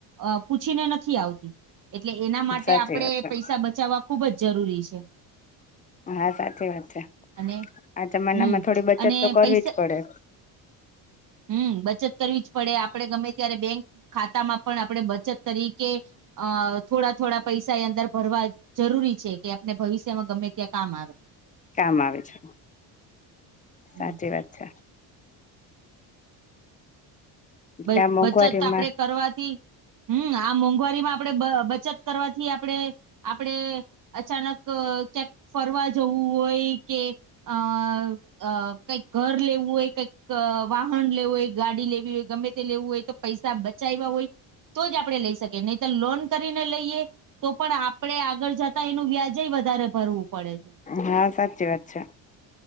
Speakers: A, on the right; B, on the left.
A: અ પૂછીને નથી આવતી. એટલે એના માટે
B: સાચી
A: આપડણે
B: વાત છે
A: પૈસા બચાવવા ખુબ જ જરૂરી છે.
B: હા સાચી વાત છે.
A: અને
B: આ જમાના
A: હમ
B: માં થોડી બચત
A: અને
B: તો કરવી
A: પૈસા
B: જ પડે.
A: હમ બચત કરવી જ પડે, આપડે ગમે ત્યારે બેંક ખાતા માં પણ આપડે બચત તરીકે અ થોડા થોડા પૈસા એ અંદર ભરવા જરૂરી છે કે આપને ભવિષ્યમાં ગમે ત્યાં કામ આવે.
B: કામ આવી છે. સાચી
A: હમ
B: વાત છે.
A: બ
B: ત્યાં મોંઘવારીમાં
A: બચત આપડે કરવાથી હમ આ મોંઘવારી માં આપડે બચત કરવાથી આપડે આપડે અચાનક ક્યાંક ફરવા જવું હોય કે, અ અ કંઈક ઘર લેવું હોય, કઈક વાહન લેવું હોય, ગાડી લેવી હોય, ગમે લેવું હોય તો પૈસા બચાવવા હોય તો જ આપડે લઈ શકીએ. નહી તો લોન કરીને- <unintelligible> લઈએ તો પણ આપણે આગળ જતા એનું વ્યાજ વધારે ભરવું પડે છે
B: હા સાચી વાત છે.